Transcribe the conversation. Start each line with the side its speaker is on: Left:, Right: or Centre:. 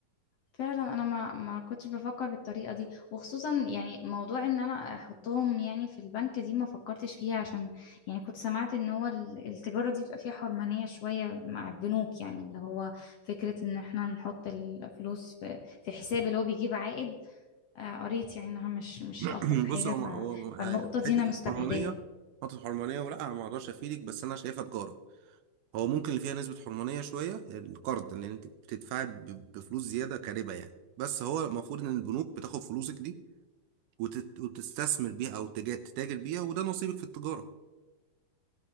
Left: فعلا انا ما ما كنتش بفكر بالطريقه دي وخصوصا يعني موضوع ان انا احطهم يعني في البنك دي ما فكرتش فيها عشان يعني كنت سمعت ان هو ال- التجاره دي بيبقى فيها حرمانيه شويه مع البنوك يعني اللي هو فكره ان احنا نحط الفلوس في في حساب اللي هو بيجيب عائد آه، قريت يعني انها مش مش
Right: <clears throat>
Left: الطف حاجه
Right: بص هو
Left: ف
Right: هو
Left: فالنقطه دي
Right: حته
Left: انا مستبعداها
Right: الحرمانيه حته الحرمانيه ولا انا ما اقدرش افيدك بس انا شايفها تجاره هو ممكن اللي فيها نسبه حرمانيه شويه القرض لان انت بتدفعي ب- بفلوس زياده كربا يعني بس هو المفروض ان البنوك بتاخد فلوسك دي وتت- وتستثمر بيها او تجا- تتاجر بيها وده نصيبك في التجاره